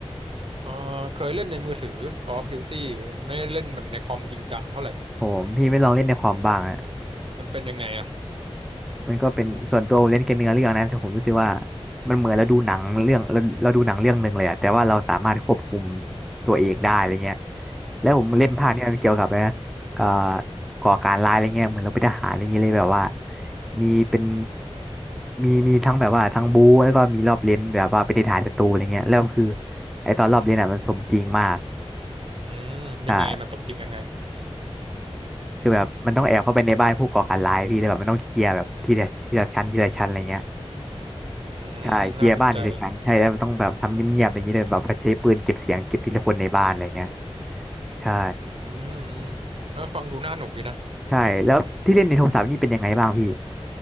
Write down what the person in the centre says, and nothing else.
ผมพี่ไม่ลองเล่นในคอมบ้างอะ
มันก็เป็นส่วนตัวผมเล่นแค่เนื้อเรื่องนะแต่ผมรู้สึกว่ามันเหมือนเราดูหนังเรื่องเราเราดูหนังเรื่องหนึ่งเลยอะแต่ว่าเราสามารถควบคุมตัวเองได้อะไรเงี้ยแล้วผมเล่นภาคเนี้ยมันเกี่ยวกับนะเอ่อ
ก่อการร้ายอะไรเงี้ยเหมือนเราเป็นทหารอะไรเงี้ยเลยแบบว่ามีเป็นมีมีทั้งแบบว่าทั้งบู๊แล้วก็มีรอบเล่นแบบว่าเป็นทหารศัตรูอะไรเงี้ยแล้วคือไอตอนรอบเล่นอะมันสมจริงมาก
ใช่คือแบบมันต้องแอบเข้าไปในบ้านผู้ก่อการร้ายพี่เลยแบบมันต้องเคลียร์แบบทีละทีละชั้นทีละชั้นอะไรเงี้ย
ใช่เคลียร์บ้านในเซสชันใช่แล้วมันต้องแบบทำเงียบๆอย่างนี้เลยแบบใช้ปืนเก็บเสียงเก็บทีละคนในบ้านอะไรเงี้ยใช่
ใช่แล้วที่เล่นในโทรศัพท์นี่เป็นยังไงบ้างพี่